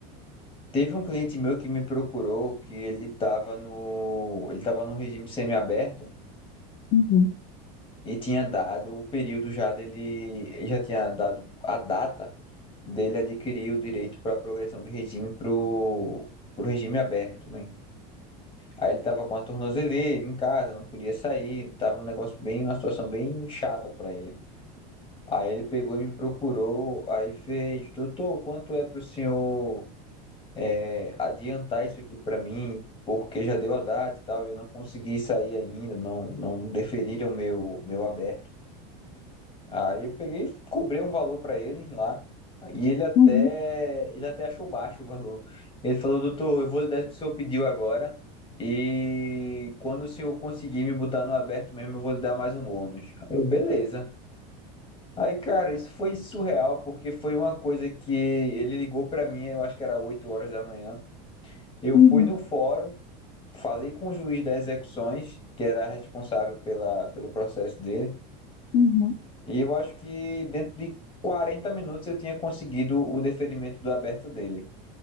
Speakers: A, on the left; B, on the left.
A: Teve um cliente meu que me procurou que ele estava no, ele estava no regime semiaberto
B: Uhum,
A: e tinha dado o período já dele, ele já tinha dado a data dele adquirir o direito para a progressão de regime para o regime aberto, né? Aí ele tava com a tornozeleira em casa, não podia sair, tava um negócio bem, uma situação bem chata pra ele. Aí ele pegou e me procurou, aí fez, doutor, quanto é pro senhor é, adiantar isso aqui pra mim? Porque já deu a data e tal, eu não consegui sair ainda, não, não deferiram meu meu aberto. Aí eu peguei e cobrei um valor pra ele lá. E ele até,
B: uhum,
A: ele até achou baixo o valor. Ele falou, doutor, eu vou lhe dar o que o senhor pediu agora. E quando o senhor conseguir me botar no aberto mesmo, eu vou lhe dar mais um bônus. Eu, beleza. Aí, cara, isso foi surreal, porque foi uma coisa que ele ligou pra mim, eu acho que era 8 horas da manhã. Eu
B: uhum,
A: fui no fórum, falei com o juiz das execuções, que era responsável pela, pelo processo dele.
B: uhum.
A: E eu acho que dentro de 40 minutos eu tinha conseguido o deferimento do aberto dele.